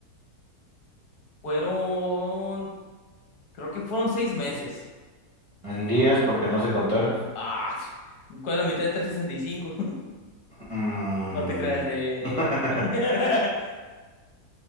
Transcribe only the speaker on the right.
En días, porque no sé contar.
Mm.
<laughs>